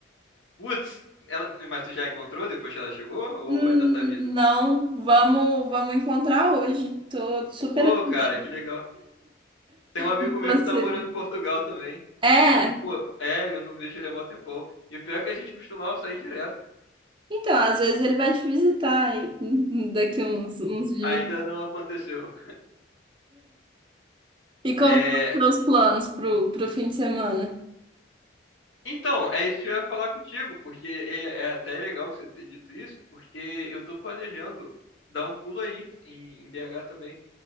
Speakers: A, on the left; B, on the right.
A: Putz, ela... mas tu já encontrou depois que ela chegou? Ou
B: Hum,
A: ainda tá vindo?
B: não, vamos, vamos encontrar hoje. Tô super
A: Ô,
B: animada
A: cara, que legal. Tem um amigo
B: com
A: meu
B: você.
A: que tá morando em Portugal também.
B: É,
A: Que eu, pô, é, eu não vejo ele há mó tempão. E o pior é que a gente costumava sair direto.
B: então, às vezes ele vai te visitar aí, hum, daqui uns, uns dias.
A: Ainda não aconteceu.
B: E como
A: É,
B: estão os planos pro, pro fim de semana?
A: Então, é isso que eu ia falar contigo, porque é, é até legal que você ter dito isso, porque eu tô planejando dar um pulo aí em, em BH também.